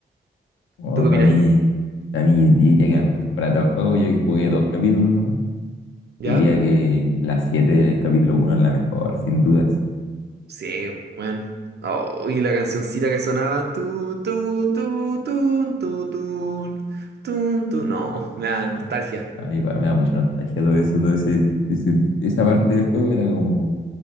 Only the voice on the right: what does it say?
¿Tú qué
opinas?
¿Ya?
Sí, bueno. Oh, y la cancioncita que sonaba. Tu, tu, tu, tun, tu, tun. Tun, tun. No, me da
nostalgia.